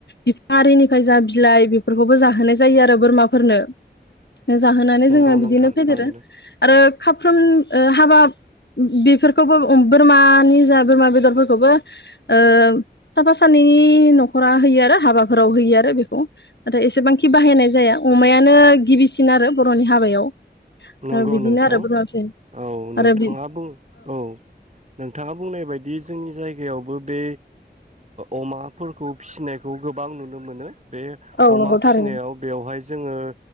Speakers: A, on the left; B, on the right.
A: बिफां आरिनिफ्राय जा बिलाइ बेफोरखौबो जाहोनाय जायो आरो बोरमाफोरनो। जाहोनानै
B: नंगौ
A: जोङो
B: नोंथां
A: नो फेदेरो
B: थारैनो
A: आरो खाफ्रोम हाबा बेफोरखौबो बोरमानि जा बोरमा बेदरफोरखौबो ओ साफा सानैनि न'खरा होयो आरो हाबाफोराव होयो आरो बेखौ नाथाय एसेबांखि बाहायनाय जाया अमायानो गिबिसिन आरो बर'नि हाबायाव।
B: नंगौ
A: ओ बिदिनो
B: नोंथां
A: आरो बोरमा फिसिनाय
B: औ नोंथाङा
A: आरो बि
B: बुं औ नोंथाङा बुंनाय बायदि जोंनि जाय गायावबो बे अमाफोरखौ फिसिनायखौ गोबां नुनो मोनो। बे
A: औ
B: अमा
A: नंगौ थारैनो
B: फिसिनायाव बेवहाय जोङो